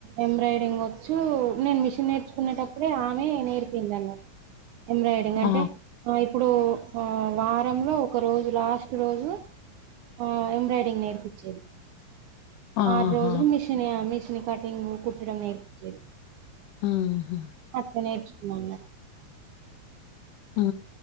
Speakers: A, on the right; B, on the left.
A: ఎంబ్రాయిడింగ్ వోచ్చు నేను మిషన్ నేర్చుకునేటప్పుడే ఆమె నేర్పింది అన్ ఎంబ్రాయిడింగ్ అంటే
B: ఆ
A: ఆ ఇప్పుడు ఆ వారంలో ఒక రోజు లాస్ట్ రోజు ఆ ఎంబ్రాయిడింగ్ నేర్పిచ్చేది.
B: ఆహా
A: ఆరు రోజులు మిషనీ మిషనీ కటింగ్ కుట్టడం నేర్పిచ్చేది.
B: ఆ హా
A: ఫస్టే నేర్చుకున్నఅన్నట్
B: ఊ